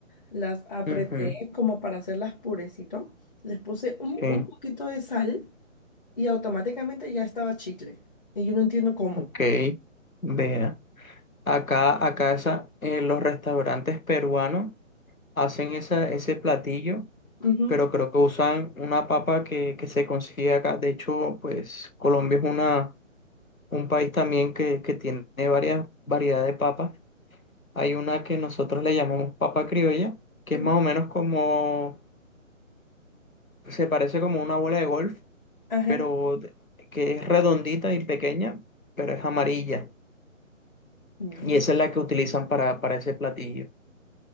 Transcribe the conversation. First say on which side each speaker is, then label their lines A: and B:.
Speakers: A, on the left (about 35°); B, on the left (about 90°).
A: las apreté
B: Ujú,
A: como para hacerlas purecito, les puse un,
B: Sí,
A: un poquito de sal y automáticamente ya estaba chicle. Y yo no entiendo cómo.
B: ok, vea. Acá, acá esa- eh, los restaurantes peruanos hacen esa, ese platillo,
A: Ujú,
B: pero creo que usan una papa que, que se consigue acá. De hecho, pues Colombia es una, un país también que, que tiene varias variedades de papas. Hay una que nosotros le llamamos papa criolla, que
A: ujú,
B: es más o menos como, se parece como una bola de golf,
A: Ajá.
B: pero de- que es redondita y pequeña, pero es amarilla.
A: Ya.
B: Y esa es la que utilizan para, para ese platillo,